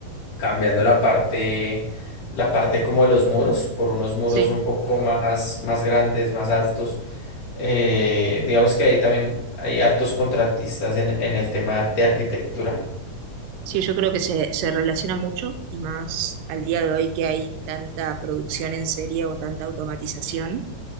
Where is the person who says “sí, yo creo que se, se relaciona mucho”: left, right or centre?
Right